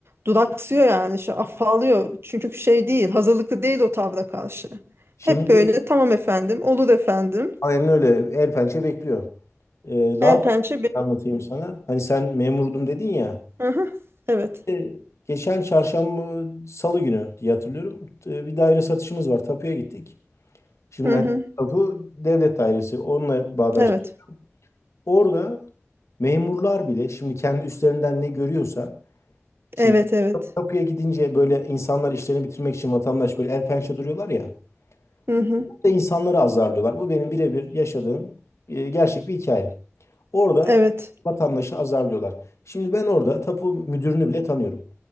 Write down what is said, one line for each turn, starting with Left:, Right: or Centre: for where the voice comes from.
Right: Duraksıyor yani şey afallıyor. Çünkü şey değil hazırlıklı değil o tavra karşı.
Left: Şimdi
Right: Hep böyle tamam efendim olur efendim.
Left: aynen öyle el pençe bekliyor. Ee, daha
Right: El
Left: farklı
Right: pençe.
Left: bir
Right: be-
Left: şey anlatayım sana. Hani sen memurdum dedin ya.
Right: Hı hı, Evet.
Left: Ee, geçen çarşamba salı günü diye hatırlıyorum. Ee, bir daire satışımız var. Tapuya gittik. Şimdi
Right: Hı hı,
Left: hani tapu devlet dairesi. Onunla bağdaştık.
Right: Evet.
Left: Orada Memurlar bile şimdi kendi üstlerinden ne görüyorsa şimdi
Right: Evet evet.
Left: kapıya gidince böyle insanlar işlerini bitirmek için vatandaş böyle el pençe duruyorlar ya.
Right: Hı hı.
Left: Orada insanları azarlıyorlar. Bu benim birebir yaşadığım e, gerçek bir hikaye. Orada
Right: Evet.
Left: vatandaşı azarlıyorlar. Şimdi ben orada tapu müdürünü bile tanıyorum.